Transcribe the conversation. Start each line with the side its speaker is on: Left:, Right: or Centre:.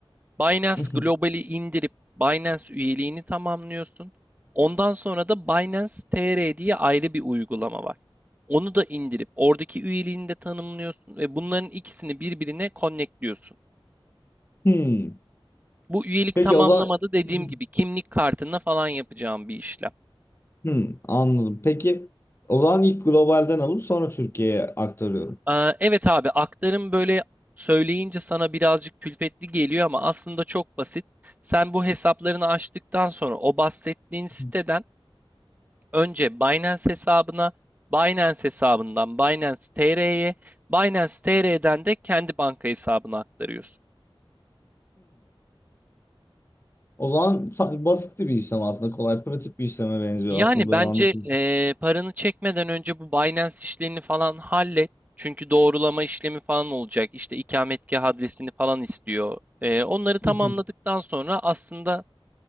Right: Binance
Left: hı, hı.
Right: Global'i indirip Binance üyeliğini tamamlıyorsun. Ondan sonra da Binance TR diye ayrı bir uygulama var. Onu da indirip oradaki üyeliğini de tanımlıyorsun ve bunların ikisini birbirine connectliyorsun.
Left: Hmm.
Right: Bu üyelik
Left: Peki
Right: tamamlamada
Left: o zaman
Right: dediğim
Left: Hı, hı,
Right: gibi kimlik kartına falan yapacağım bir işlem.
Left: hmm. anladım. Peki o zaman ilk globalden alıp sonra Türkiye'ye aktarıyorum.
Right: Ee, evet abi aktarım böyle söyleyince sana birazcık külfetli geliyor ama aslında çok basit. Sen bu hesaplarını açtıktan sonra o bahsettiğin siteden
Left: Hı.
Right: önce Binance hesabına, Binance hesabından Binance TR'ye, Binance TR'den de kendi banka hesabına aktarıyorsun.
Left: O zaman sa- basitti bir işlem aslında. Kolay, pratik bir işleme benziyor
Right: Yani
Left: aslında böyle
Right: bence
Left: anlatınca.
Right: eee, paranı çekmeden önce bu Binance işlerini falan hallet. Çünkü doğrulama işlemi falan olacak. İşte ikametgah adresini falan istiyor. Eee, onları tamamladıktan
Left: <laughs>
Right: sonra aslında